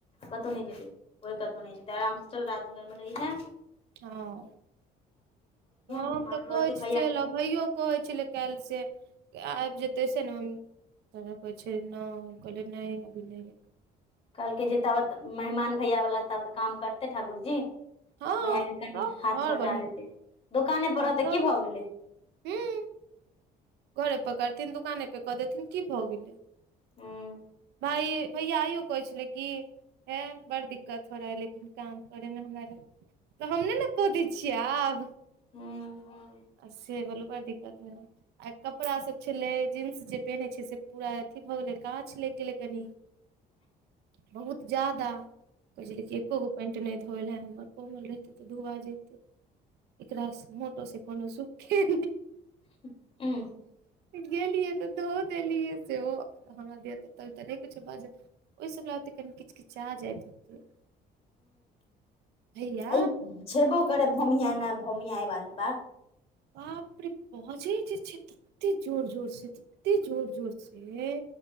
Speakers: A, on the left; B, on the right.
A: कतहु नय जेतै कोइ कतहु नहि जेतै आरामसँ चल राजनगरमे रही ने
B: हाँ हम
A: मेहमान
B: तऽ कहय
A: रहते
B: चलि
A: भैया के
B: आउ भैयो कहै छलै काल्हि से आबि जेतै से ने मम्मी तह कहै छै न कले नहि अभी नहि
A: कहलकै जे तब मेहमान भैया बला तब तऽ काम करते ठाकुर जी
B: हँ
A: भैया कनि
B: तऽ
A: हाथ
B: आओर
A: बटा
B: बढ़िआँ
A: देते दुकाने
B: हँ
A: पर रहतै
B: तऽ
A: की भऽ गेलै
B: हूँ घरे पकड़थिन दुकाने प कऽ देथिन की भऽ गेलै
A: हूँ
B: आइ भैया आइयो कहै छल्य कि है बड़ दिक्कत हो रहा है लेकिन काम करे में हमरा ल तऽ हम नय ने क दै छियै आब
A: हूँ हूँ
B: से वलू बड़ दिक्कत होइया <unintelligible> आ कपड़ा सब छलै जींस जे पहिन्नेय छै से पूरा अथी भए गेले काछ लागि गेलै कनी
A: <inaudible>
B: बहुत ज्यादा कहै छै कि एको गो पानंट नहि धोल हे हमर कोमल रहतै तऽ धुआ जतै एकराास मोटो से कोनो सुूखे
A: ह <unintelligible>
B: गेलियै तऽ धो देलियै सेहो हमरा दिया तऽ केओ तऽ नहि किछो बाज ओफिसभ ओत्ते कनि किज किचा जाइत भैया
A: ई छेबो करै भूमिहना भोमिहइ वाली बात
B: बाप रे बजे जे छै तते जोर जोर से तते जोर जोर से